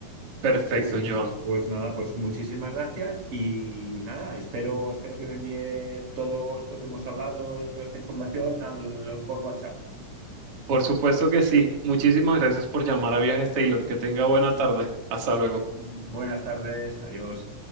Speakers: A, on the right; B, on the right.
A: perfecto,
B: Sí, sí,
A: John.
B: pues nada, pues muchísimas gracias y nada, espero, espero que me envíe todo esto que hemos hablado, eh, toda esta información al- por WhatsApp.
A: Por supuesto que sí. Muchísimas gracias por llamar a Viajes Taylor. Que tenga buena tarde. Hasta
B: Muy
A: luego.
B: bien, buenas tardes, adiós.